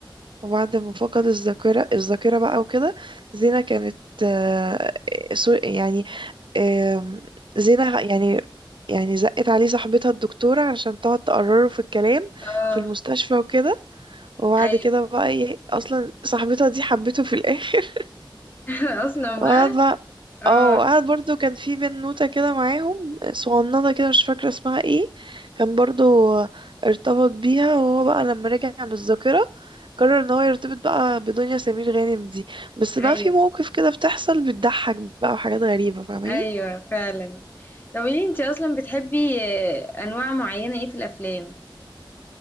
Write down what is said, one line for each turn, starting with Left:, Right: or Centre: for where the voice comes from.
Right: وبعد ما فقد الذاكرة الذاكرة بقى وكده زينة كانت آه، سو- يعني آم، زينة يعني يعني زقت عليه صاحبتها الدكتورة عشان تقعد تقرره في الكلام
Left: اه
Right: في المستشفى وكده وبعد
Left: ايوه
Right: كده بقى ايه اصلا صاحبتها دي حبته في الاخر
Left: <laughs> اصلا
Right: وقاعدة
Left: بقى اه
Right: اه وقعد برضو كان في بنوتة كده معاهم صغننة كده مش فاكرة اسمها ايه كان برضو ارتبط بيها وهو بقى لما رجع بالذاكرة قرر ان هو يرتبط بقى بدنيا سمير غانم دي بس
Left: ايوه
Right: بقى في مواقف كده بتحصل بتضحك بقى وحاجات غريبة فاهماني
Left: ايوه فعلا طب ليه انت اصلا بتحبي آه، انواع معينه ايه في الافلام